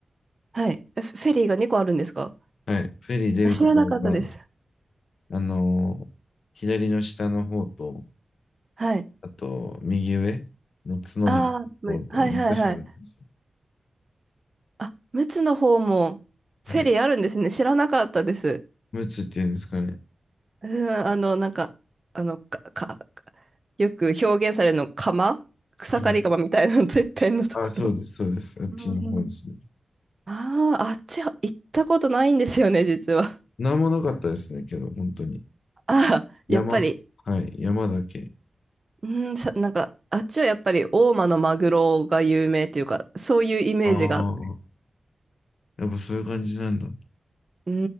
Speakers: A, on the right; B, on the left.
A: はい。えフフェリーが2個あるんですか
B: はい。フェリー出るところが
A: あ知らなかったです。
B: あの、左の下の方と、
A: はい。
B: あと、右上の角みたいなところと2箇所あるんですよ。
A: ああ、むはいはいはい。あ、陸奥の方もフェリーあるんですね。
B: はい。
A: 知らなかったです。
B: ムツっていうんですかね。
A: うん、あの、なんか、あの、か、か、よく表現されるの、釜草刈り釜みたいなの、
B: はい。
A: てっぺんのところ。
B: あ、そうです、そうです。あっちの方ですね。
A: うん。ああ、あっちは行ったことないんですよね、実は。<laughs>
B: なんもなかったですね、けど、本当に。
A: ああ、やっぱり、
B: 山。はい、山だけ。
A: うん、さ、なんか、あっちはやっぱり大間のマグロが有名っていうか、そういうイメージが、
B: ああ、やっぱそういう感じなんだ。は
A: う